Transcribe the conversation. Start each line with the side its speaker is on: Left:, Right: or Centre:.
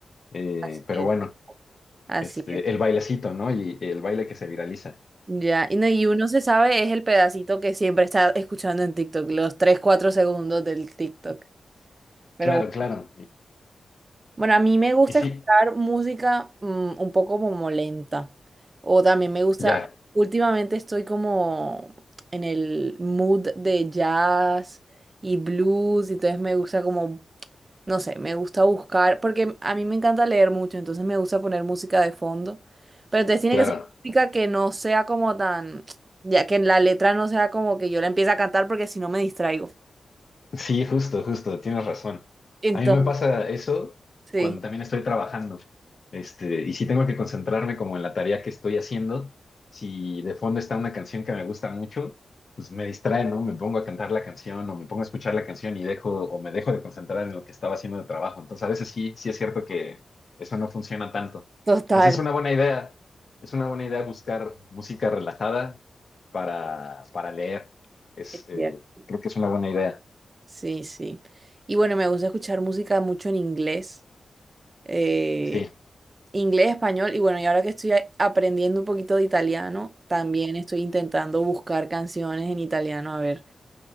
Left: eh,
Right: Así
Left: pero
Right: es.
Left: bueno,
Right: Así
Left: este,
Right: es.
Left: el bailecito, ¿no? Y el baile que se viraliza.
Right: Ya, y, no, y uno se sabe, es el pedacito que siempre está escuchando en TikTok, los 3 4 segundos del TikTok. Pero
Left: Claro, claro. Y,
Right: bueno, a mí me gusta
Left: y sí,
Right: escuchar música mm, un poco como lenta. O también me gusta,
Left: ya,
Right: últimamente estoy como en el mood de jazz y blues, y entonces me gusta como no sé, me gusta buscar, porque a mí me encanta leer mucho, entonces me gusta poner música de fondo, pero entonces tiene
Left: claro.
Right: que ser música que no sea como tan, ya que la letra no sea como que yo la empiece a cantar porque si no me distraigo.
Left: Sí, justo, justo, tienes razón.
Right: Entonces,
Left: A mí me pasa eso
Right: sí,
Left: cuando también estoy trabajando. Este, y si tengo que concentrarme como en la tarea que estoy haciendo, si de fondo está una canción que me gusta mucho, pues me distrae, ¿no? Me pongo a cantar la canción o me pongo a escuchar la canción y dejo o me dejo de concentrar en lo que estaba haciendo de trabajo. Entonces, a veces sí, sí es cierto que eso no funciona tanto.
Right: total.
Left: Entonces, es una buena idea. Es una buena idea buscar música relajada para, para leer. Es,
Right: es
Left: eh,
Right: cierto.
Left: creo que es una buena idea.
Right: Sí, sí. Y bueno, me gusta escuchar música mucho en inglés, eh,
Left: Sí,
Right: inglés, español, y bueno, y ahora que estoy a- aprendiendo un poquito de italiano, también estoy intentando buscar canciones en italiano, a ver.